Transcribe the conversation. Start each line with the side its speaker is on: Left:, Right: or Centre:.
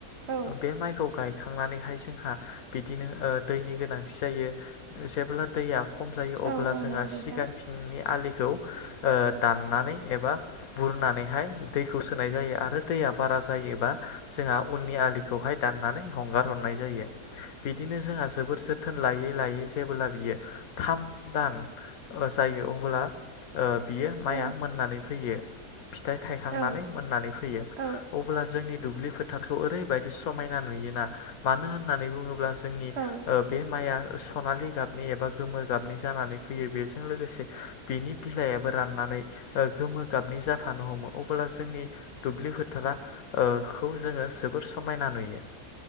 Right: औ
Left: बे माइखौ गायखांनानैहाय जोंहा बिदिनो ओ दैनि गोनांथि जायो जेब्ला दैया खम जायो
Right: औ
Left: अब्ला
Right: औ
Left: जोंहा
Right: नंगौ नोंथां
Left: सिगांथिंनि आलिखौ ओ दाननानै एबा बुरनानैहाय दैखौ सोनाय जायो आरो दैया बारा जायोबा जोंहा उननि आलिखौहाय दाननानै हंगार हरनाय जायो बिदिनो जोंहा जोबोर जोथोन लायै लायै जेबोला बियो थाम दान जायो अब्ला ओ बियो माइआ
Right: औ
Left: मोननानै फैयो फिथाइ थायखांनानै
Right: औ
Left: मोननानै फैयो
Right: औ
Left: अब्ला जोंनि दुब्लि फोथारखौ ओरैबायदि समायना नुयोना मानो होन्नानै बुङोब्ला जोंनि
Right: औ
Left: ओ बे माइआ सनालि गाबनि एबा गोमो गाबनि जानानै फैयो बेजों लोगोसे बिनि बिलाइयाबो राननानै ओ गोमो गाबनि जाफानो हमो अब्ला जोंनि दुब्लि फोथारा ओ खौ जोङो जोबोर समायना नुयो